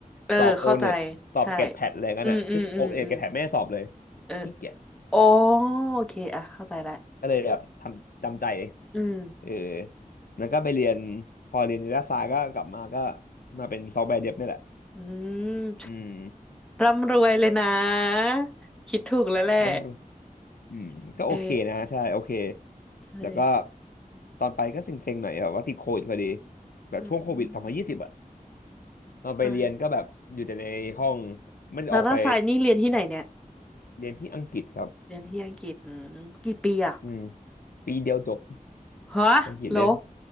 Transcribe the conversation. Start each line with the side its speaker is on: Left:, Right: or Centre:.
Centre: เออเข้าใจ
Left: สอบโอเน็ตสอบเกรดแพดอะไรกันอ่ะซึ่งโอเน็ตเกรดแพดไม่ได้สอบเลย
Centre: ใช่อืมอืมอืมอืมเออ
Left: ขี้เกียจ
Centre: อ๋อโอเคอ่ะเข้าใจละ
Left: ก็เลยแบบทำจำใจ
Centre: อืม
Left: เออแล้วก็ไปเรียนพอเรียนรัฐศาสตก็กลับมาก็มาเป็นซอฟต์แวร์เดฟนี่แหละ
Centre: อืม
Left: อืม
Centre: ร่ำรวยเลยนะคิดถูกแล้วแหละ
Left: น้ำรอืมก็โอเคนะใช่โอเค
Centre: เออใช่
Left: แล้วก็ตอนไปก็เซ็งๆหน่อยแบบว่าติดโควิดพอดีแบบช่วงโควิดสองพันยี่สิบอะ
Centre: อืม
Left: ตอนไปเรียนก็แบบอยู่แต่ในห้อง
Centre: ใช่
Left: ไม่ได้ออกไป
Centre: แล้วถ้าสายนี่เรียนที่ไหนเนี่ย
Left: เรียนที่อังกฤษครับ
Centre: เรียนที่อังกฤษอืมกี่ปีอะ
Left: อืมปีเดียวจบ
Centre: ฮะเหรอ
Left: อังกฤษเรียน